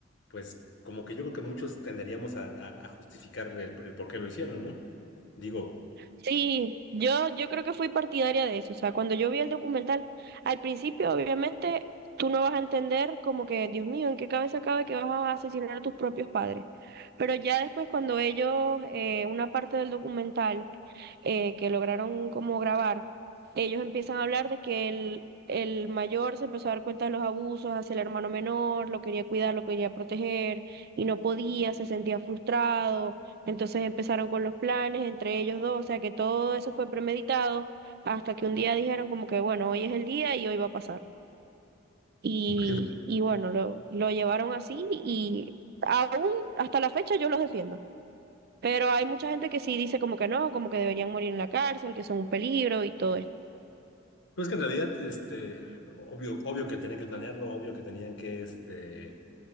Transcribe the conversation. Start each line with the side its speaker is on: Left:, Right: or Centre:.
Left: pues como que yo creo que muchos tenderíamos a, a- a justificar el, el por qué lo hicieron, ¿no? Digo,
Right: Sí, yo, yo creo que fui partidaria de eso. O sea, cuando yo vi el documental, al principio, obviamente, tú no vas a entender como que, Dios mío, ¿en qué cabeza cabe que vas a asesinar a tus propios padres? Pero ya después, cuando ellos, eh, una parte del documental eh, que lograron como grabar, ellos empiezan a hablar de que el, el mayor se empezó a dar cuenta de los abusos hacia el hermano menor, lo quería cuidar, lo quería proteger y no podía, se sentía frustrado, entonces empezaron con los planes entre ellos dos, o sea que todo eso fue premeditado hasta que un día dijeron como que bueno, hoy es el día y hoy va a pasar. Y,
Left: pues
Right: y bueno, lo, lo llevaron así y aún hasta la fecha yo los defiendo. Pero hay mucha gente que sí dice como que no, como que deberían morir en la cárcel, que son un peligro y todo esto.
Left: pues que en realidad, este, obvio, obvio que tenían que planearlo, obvio que tenían que, este.